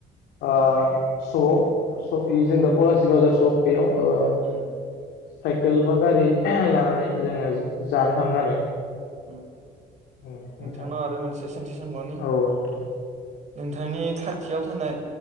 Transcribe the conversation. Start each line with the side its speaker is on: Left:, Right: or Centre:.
Left: आ सगाव स इ जों दा पलासि बाजार सक बेयाव अ'
Right: उम
Left: साइकेल बा गारि लानानै जोङो
Right: उम
Left: ज-जानो थाङो आरो।
Right: उम
Left: उम खोनथा
Right: नोंथांनाव आरो मोनसे सोंथि सोंबावनि
Left: औ नोंथां।
Right: नोंथांनि खाथियाव थानाय